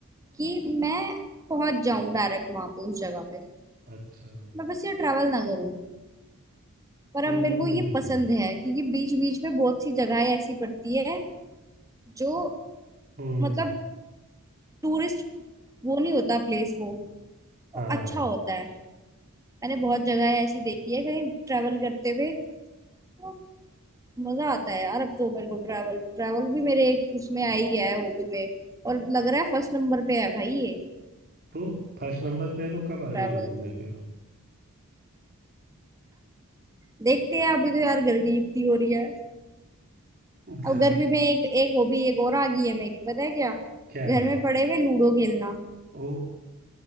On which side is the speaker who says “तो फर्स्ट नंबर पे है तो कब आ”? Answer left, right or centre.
Right